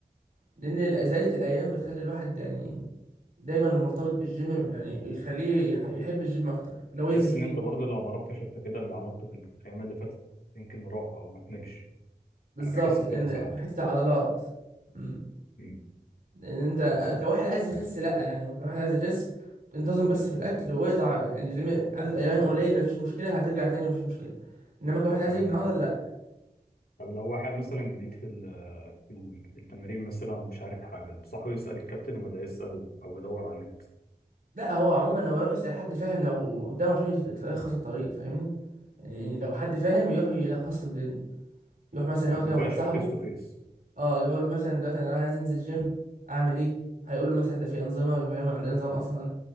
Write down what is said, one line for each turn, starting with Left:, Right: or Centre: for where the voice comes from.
Right: لان زيادة الايام بتخلي الواحد يعني دايما مرتبط بالجيم يعني يخليه يح- يحب الجيم اكتر لو ينزل
Left: تحس
Right: كتير
Left: ان انت
Right: وكده
Left: برضه لو ما رحتش انت كده اللي عملته في الايام اللي فاتت يمكن راح او ما كملش
Right: بالظبط
Left: انا بحس بكده
Right: لان
Left: ساعات
Right: في حته العضلات مم.
Left: مم.
Right: لان انت كواحد عايز يخس لا يعني كواحد عايز يخس انتظم
Left: مم.
Right: بس في الاكل واقطع يعني جيم عدد ايام قليل مفيش مشكله هترجع تاني مفيش مشكله انما كواحد عايز
Left: تمام
Right: يبني عضل لا
Left: طب لو واحد مثلا جديد في ال- في ال- في التمرين مثلا مش عارف حاجة تنصحه يسأل الكابتن ولا يسأل أو يدور على النت؟
Right: لا هو عموما هو يروح يسال حد فاهم لو هو قدامه عشان يلخص الطريق فاهمني يعني لو حد فاهم يروح يلخص له الدنيا يروح مثلا
Left: اه
Right: يقعد كده
Left: مباشر
Right: مع واحد صاحبه
Left: فيس تو فيس
Right: اه يقول له مثلا دلوقتي انا عايز انزل جيم اعمل ايه هيقول له مثلا ده في انظمه ويفهمه يعني ايه نظام اصلا